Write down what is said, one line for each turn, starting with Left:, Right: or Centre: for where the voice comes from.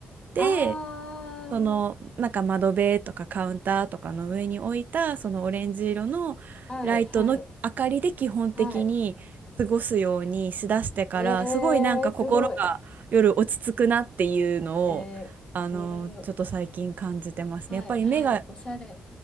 Right: で、
Left: ああ、
Right: そのなんか窓辺とかカウンターとかの上に置いたそのオレンジ色のライトの明かりで基本的に過ごすようにしだしてからすごいなんか心が夜落ち着くなっていうのをあのちょっと最近感じてますね。
Left: はい。はい。はい。えー、すごい。えー、えー、はい。
Right: やっぱり目が
Left: はい。おしゃれ。